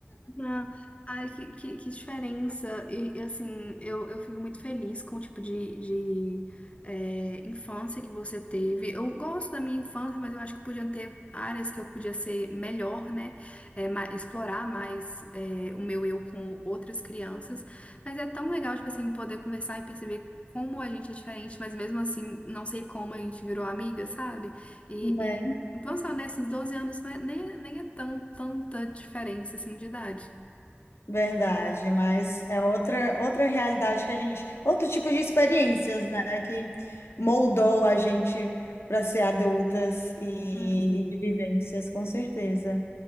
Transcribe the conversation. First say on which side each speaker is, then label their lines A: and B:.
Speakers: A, on the left (about 30°); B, on the left (about 70°).
A: Ah, Ai, que, que, que diferença. E, e, assim, eu, eu fico muito feliz com o tipo de, de é, infância que você teve. Eu gosto da minha infância, mas eu acho que podiam ter áreas que eu podia ser melhor, né? É, ma- explorar mais é, o meu eu com outras crianças. Mas é tão legal, tipo assim, poder conversar e perceber como a gente é diferente, mas mesmo assim, não sei como a gente virou amiga, sabe? E,
B: Não é?
A: e vamos ser honestos, 12 anos não é- nem, nem é tão, tanta diferença assim de idade.
B: Verdade, mas é outra outra realidade que a gente, outro tipo de experiências, né, que moldou a gente para ser adultas e,
A: Uhum.
B: e de vivências, com certeza.